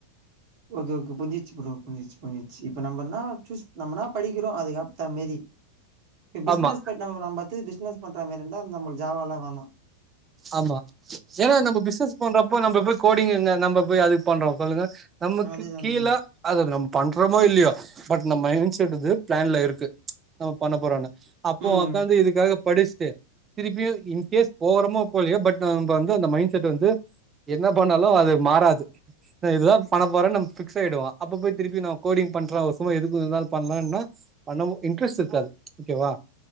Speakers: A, on the right; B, on the right.
A: ஓகே ஓகே புரிஞ்சிடுச்சு ப்ரோ புஞ்சிச்சு புஞ்சிருச்சு இப்ப நம்பனா சூஸ் நம்மனா படிக்கிறோம் அதுக்கேத்தா மாரி இப்ப பிசினஸ்
B: ஆமா
A: ப <unintelligible> பத்தி பிசினஸ் பண்ற மாரி இருந்த அந்த நம்ம ஜாவல வேண
B: ஆமா ஏன்னா நம்ம பிசினஸ் பண்றப்போ நம்ம போய் கோடிங்க நம்ம போய் அதுக்கு பண்றோம் சொல்லுங்க நமக்கு
A: அதுதா
B: கீழே
A: அதுதா
B: அதது நம் பண்றோமோ இல்லையா பட் நம்ம மைண்ட் செட் இது பிளான்ல இருக்கு நம்ம பண்ண போறோம்னு அப்போ
A: ம்
B: உக்காந்து இதுக்காக படிஸ்டு திருப்பியும் இன் கேஸ் போறோமோ போலியே பட் நப்பந்து அந்த மைண்ட் செட் வந்து என்ன பண்ணாலு அது மாறாது இஹ் இதுதா பண்ண போறனு நம் ஃபிக்ஸ் ஆய்டுவோ அப்ப போய் திருப்பி நா கோடிங் பண்ற ஒரு சுமா எதுக்கு பண்லன்னா பண்ண இன்ட்ரெஸ்ட் இருக்காது ஓகேவா